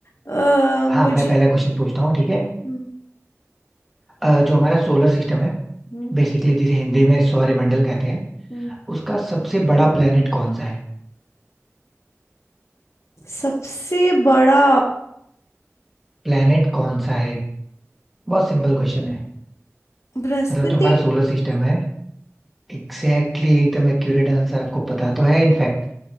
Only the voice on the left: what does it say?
अ,
मुझे
हम्म,
हम्म,
हम्म।
सबसे बड़ा
बृहस्पति